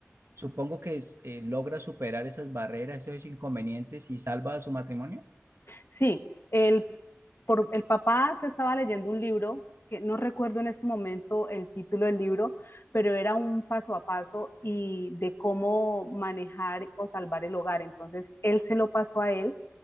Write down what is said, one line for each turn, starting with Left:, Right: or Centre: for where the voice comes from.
Right: supongo que eh, logra superar esas barreras, esos inconvenientes y salva a su matrimonio.
Left: Sí, el, por, el papá se estaba leyendo un libro, que no recuerdo en este momento el título del libro, pero era un paso a paso y de cómo manejar o salvar el hogar. Entonces, él se lo pasó a él